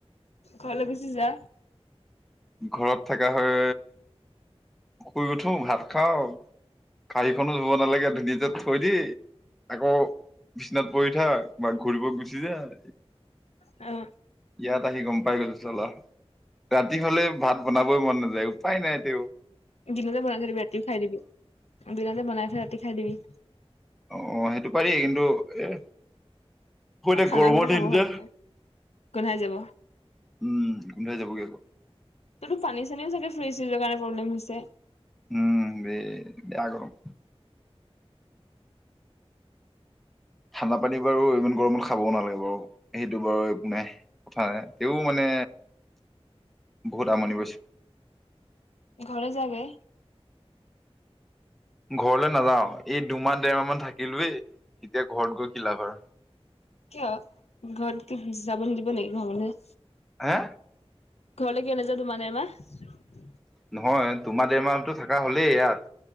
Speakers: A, on the left; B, in the centre.
A: ঘৰলে গুছি যা।
B: ঘৰত থকা হৈ শুই উঠো ভাত খাওঁ কা়হীখনো ধুব নালাগে ধুনীয়াক থৈ দি আকৌ বিচনাত পৰি উঠা বা ঘূৰিব গুচি যায়।
A: অ
B: ইয়াত আহি গম পাই গৈছো চল ৰাতি হলে ভাত বনাবই মন নাযায় উপায় নাই তে।
A: দিনতে বনাই থাকিবি ৰাতি খাই দিবি দিনতে বনাই থিব ৰাতি খাই দিবি।
B: অ সেইটো পাৰি কিন্তু এ আকৌ এতিয়া
A: এ ঠাণ্ডা
B: গৰমৰ
A: খানা
B: দিন
A: খাব ভাল
B: যে
A: নাই গোন্ধাই যাব
B: উম গোন্ধাই যাবগৈ আকৌ
A: তো পানী চানীও চাগে ফ্ৰিজ ফ্ৰিজৰ কাৰণে প্ৰব্লেম হৈছে
B: উম বে বেয়া গৰম ঠাণ্ডা পানী বাৰু ইমান গৰমত খাবও নালাগে বাৰু সেইটো বাৰু একো নাই কথা নাই তেও মানে বহুত আমনি কৰিছে
A: ঘলে যাগে
B: ঘৰলে নাযাও এই দুমাহ দেৰমাহ মান থাকিলোয়ে এতিয়া ঘৰত গৈ কি লাভ
A: কিয় ঘৰত কি যাব নিদিব নি ঘৰৰ মানুহে
B: হে
A: ঘৰলৈ কিয় নাযাৱ মানে তো বা
B: নহয় দুমাহ দেৰ মাহটো থকা হলেই ইয়াত